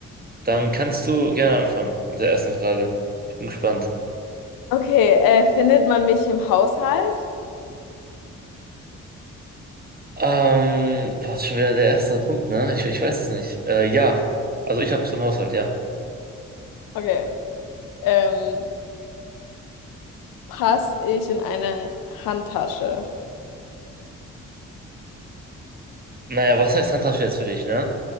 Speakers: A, on the right; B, on the left.
A: Dann kannst du gerne anfangen mit der ersten Frage. Ich bin gespannt.
B: Okay, äh, findet man mich im Haushalt?
A: Ähm, war schon wieder der erste Punkt, ne? Ich, ich weiß es nicht. Äh, ja. Also ich hab's im Haushalt, ja.
B: Okay. Ähm, passe ich in eine Handtasche?
A: Naja, was heißt Handtasche jetzt für dich, ne?